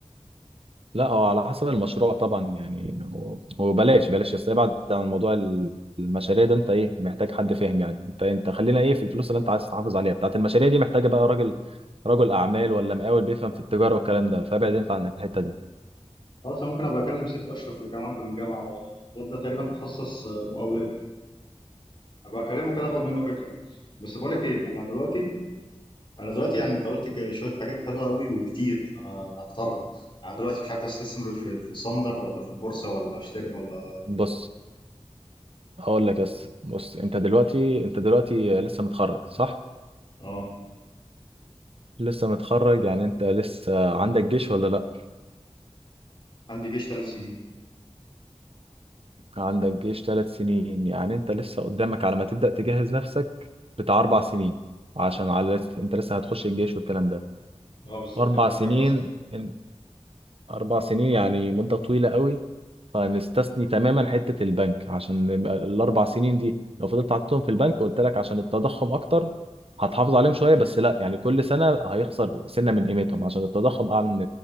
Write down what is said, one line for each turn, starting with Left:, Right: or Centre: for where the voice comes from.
Right: لا هو على حسب المشروع طبعا يعني و- وبلاش بلاش يس ابعد عن موضوع ال- المشاريع ده انت ايه محتاج حد فاهم يعني انت انت خلينا ايه في الفلوس اللي انت عايز تحافظ عليها بتاعت المشاريع دي محتاجه بقى راجل رجل اعمال ولا مقاول بيفهم في التجاره والكلام ده فابعد انت عن الحته دي
Left: خلاص انا ممكن ابقى اكلم سيف اشرف اللي كان معانا في الجامعه ولا- الواد ده تقريبا تخصص آه، مقاولات ابقى اكلمه كده اخد منه فكره بس بقول لك ايه احنا دلوقتي انا دلوقتي يعني انت قلت ك- شويه حاجات حلوه قوي وكتير انا أنا احترت يعني دلوقتي مش عارف استثمر في في صندر ولا في البورصه ولا اشتري ولا
Right: بص هقول لك بس بص انت دلوقتي انت دلوقتي لسه متخرج صح
Left: اه
Right: لسه متخرج يعني انت لسه عندك جيش ولا لا
Left: عندي جيش ثلاث سنين
Right: عندك جيش ثلاث سنين يعني انت لسه قدامك على ما تبدأ تجهز نفسك بتاع اربع سنين عشان على لس- انت لسه هتخش الجيش والكلام ده
Left: اه بالظبط
Right: اربع
Left: يا دوبك
Right: سنين
Left: اربع سنين كده
Right: ان- اربع سنين يعني مدة طويلة قوي فنستثني تماما حتة البنك عشان ال- الاربع سنين دي لو فضلت حاططهم في البنك قلت لك عشان التضخم اكتر هتحافظ عليهم شوية بس لا يعني كل سنة هيخسر سنة من قيمتهم عشان التضخم اعلى من